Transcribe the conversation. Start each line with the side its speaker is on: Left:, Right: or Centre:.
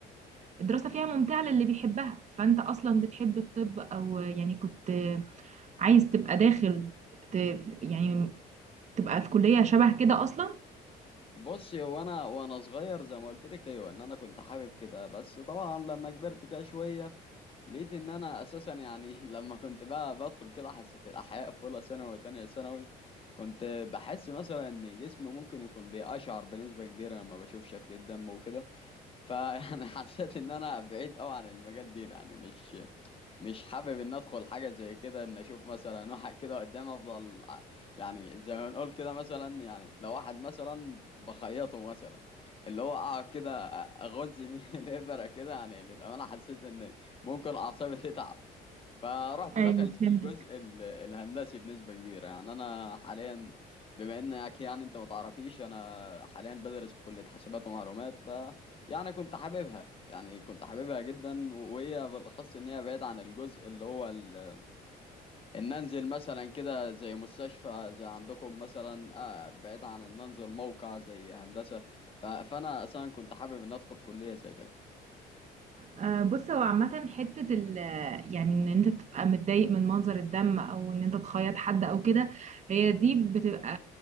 Right: الدراسة فيها ممتعة للي بيحبها فأنت أصلا بتحب الطب أو يعني كنت عايز تبقى داخل ت... يعني تبقى في كلية شبه كده أصلا
Left: بصي هو انا وانا صغير زي ما قلت لك ايوه ان انا كنت حابب كده بس طبعا لما كبرت كده شويه لقيت ان انا اساسا يعني <laughs> لما كنت بقى بدخل كده حصه الاحياء في اولى ثانوي وتانية ثانوي كنت بحس مثلا ان جسمي ممكن يكون بيقشعر بنسبه كبيره لما بشوف شكل الدم وكده فيعني <laughs> حسيت ان انا بعيد قوي عن المجال دي ده يعني مش مش حابب ان ادخل حاجه زي كده ان اشوف مثلا واحد كده قدام افضل ع- يعني زي ما نقول كده مثلا يعني لو واحد مثلا بخيطه مثلا اللي هو اقعد كده أ- اغز <laughs> بيه الابره كده يعني للامانه حسيت ان ممكن اعصابي تتعب فرحت
Right: ايوه
Left: دخل في
Right: فهمتك
Left: الجزء ال- الهندسي بنسبه كبيره يعني انا حاليا بما انك يعني انت ما تعرفيش انا حاليا بدرس في كليه حاسبات ومعلومات ف يعني كنت حاببها يعني كنت حاببها جدا وهي بالاخص ان هي بعيد عن الجزء اللي هو ال... ان انزل مثلا كده زي مستشفى زي عندكم مثلا آه بعيد عن ان انزل موقع زي هندسة ف... فانا اصلا كنت حابب ان ادخل كلية زي كده
Right: آه، بص هو عامة حتة ال يعني ان انت تبقى متضايق من منظر الدم او ان انت تخيط حد او كده هي دي بتبقى